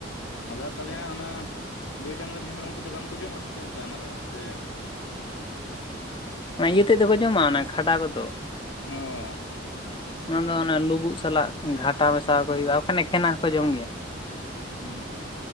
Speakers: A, on the left; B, on the left.
A: ᱟᱫᱚ ᱛᱟᱦᱚᱞᱮ ᱦᱟᱸᱜ ᱚᱱᱟ ᱜᱟᱹᱭ ᱰᱟᱝᱨᱟ ᱢᱤᱦᱩ ᱢᱮ ᱚᱢ ᱠᱚᱫᱚ ᱵᱟᱝᱠᱚ ᱡᱚᱢᱟ ᱥᱮ ᱪᱮᱫᱮ ᱞᱮᱠᱟ ᱚᱱᱟ ᱫᱚ ᱦᱟᱸᱜ? ᱥᱮ?
B: ᱚᱱᱟ ᱤᱭᱟᱹ ᱛᱮᱫ ᱫᱚᱠᱚ ᱡᱚᱢᱟ ᱚᱱᱟ ᱠᱷᱟᱰᱟ ᱠᱚᱫᱚ᱾
A: ᱚᱸ
B: ᱚᱱᱟ ᱫᱚ ᱚᱱᱮ ᱞᱩᱵᱩᱜ ᱥᱟᱞᱟᱜ ᱜᱷᱟᱴᱟ ᱢᱮᱥᱟ ᱠᱚ
A: ᱦᱩᱸ
B: ᱦᱩᱭᱩᱜᱼᱟ᱾ ᱵᱟᱠᱷᱟᱱ ᱮᱠᱷᱮᱱ ᱦᱚᱸᱠᱚ ᱡᱚᱢ ᱜᱮᱭᱟ᱾
A: ᱦᱸ ᱦᱸ